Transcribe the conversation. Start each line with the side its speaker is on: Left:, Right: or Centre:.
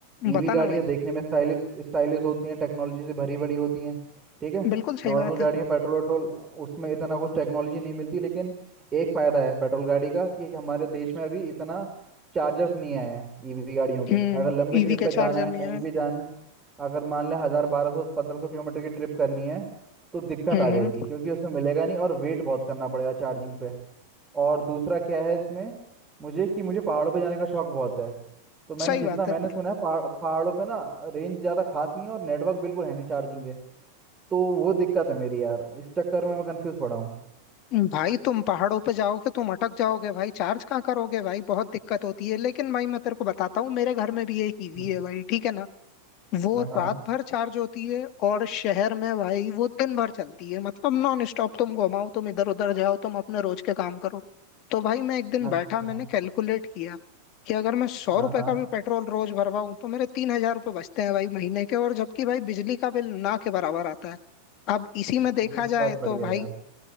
Right: ईवी
Left: बताना
Right: गाड़ियाँ
Left: भाई
Right: देखने में स्टाइलिश स्टाइलिश होती हैं टेक्नोलॉजी से भरी भरी होती हैं ठीक है
Left: बिल्कुल सही
Right: नॉर्मल
Left: बात
Right: गाड़ियाँ
Left: है
Right: पेट्रोल वेट्रोल उसमें इतना कुछ टेक्नोलॉजी नहीं मिलती लेकिन एक फ़ायदा है पेट्रोल गाड़ी का कि हमारे देश में अभी इतना चार्जर्स नहीं आए हैं ईवी गाड़ियों के
Left: हम्म
Right: अगर लंबी ट्रिप
Left: ईवी के
Right: पे
Left: चार
Right: जाना
Left: जने
Right: है कहीं
Left: हैं
Right: भी जाना है अगर मान लें हज़ार बारह सौ पंद्रह सौ किलोमीटर की ट्रिप करनी है तो दिक्कत
Left: हम्म
Right: आ जाएगी
Left: हम्म,
Right: क्योंकि उसमें मिलेगा नहीं और वेट बहुत करना पड़ेगा चार्जिंग पे और दूसरा क्या है इसमें मुझे कि मुझे पहाड़ों पे जाने का शौक बहुत है तो मैंने
Left: सही
Right: जितना
Left: बात
Right: मैंने
Left: है
Right: सुना है पहाड़ पहाड़ों पे ना रेंज ज़्यादा खास नहीं है और नेटवर्क बिल्कुल है नहीं चार्जिंग के तो वो दिक्कत है मेरी यार इस चक्कर में मैं कंफ्यूज पड़ा हूँ
Left: भाई तुम पहाड़ों पे जाओगे तुम अटक जाओगे भाई चार्ज कहाँ करोगे भाई बहुत दिक्कत होती है लेकिन भाई मैं तेरे को बताता हूँ मेरे घर में भी एक ईवी
Right: हाँ
Left: है भाई ठीक है ना वो
Right: हाँ हाँ,
Left: रात भर चार्ज होती है और शहर में भाई वो दिन भर चलती है मतलब नॉन स्टॉप तुम घुमाओ तुम इधर उधर जाओ तुम अपने रोज के काम करो तो भाई मैं एक दिन
Right: अच्छा
Left: बैठा मैंने कैलकुलेट किया कि अगर मैं सौ
Right: हाँ
Left: रुपए
Right: हाँ
Left: का भी पेट्रोल रोज भरवाऊं तो मेरे तीन हजार रुपये बचते हैं भाई महीने के और जबकि भाई बिजली का बिल ना के बराबर आता है अब इसी में देखा
Right: ये तो बात
Left: जाए
Right: बढ़िया
Left: तो भाई
Right: है यार